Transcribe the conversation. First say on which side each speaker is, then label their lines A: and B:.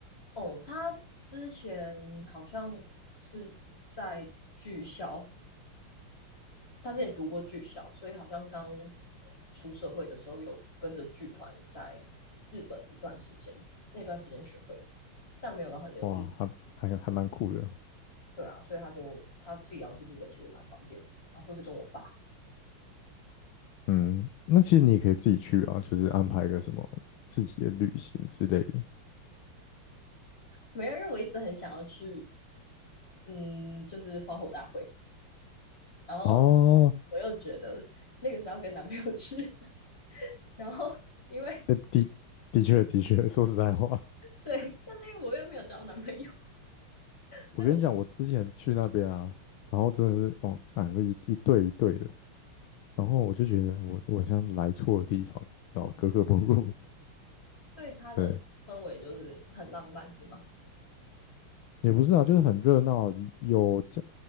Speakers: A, on the left (about 25°); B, on the left (about 75°).
A: 哦，他之前好像是在剧校他之前读过剧校，所以好像刚出社会的时候有跟着剧团在日本一段时间，那段时间学会的，但没有到很流利。
B: 哇，还还还蛮酷的。
A: 对啊，所以他就他自己要去日本，其实蛮方便的啊，或是跟我爸。
B: 嗯，那其实你也可以自己去啊，就是安排个什么自己的旅行之类的。
A: 没有，因为我一直很想要去，嗯，就是花火大会，然后
B: 哦，
A: 我又觉得那个是要跟男朋友去然后因为
B: 诶的的确的确，<laughs> 说实在话，
A: 对，但是因为我又没有交男朋友，所以我就
B: 我跟你讲，我之前去那边啊，然后真的是哦，看这一一对一对的，然后我就觉得我我像来错地方，然后格格不入。<laughs>
A: 所以他的氛围就是很浪漫，
B: 对，
A: 是吗？
B: 也不是啊，就是很热闹，有家，